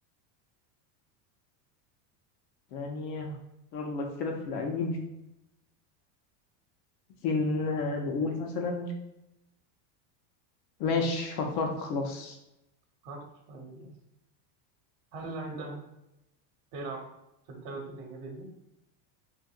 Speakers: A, on the left; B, on the right.
A: يعني يلا كده في العيد ممكن آه، نقول مثلا ماشي فكرت خلاص
B: فكرت، طيب ماشي، هل اللاعب ده بيلعب في الدوري الإنجليزي؟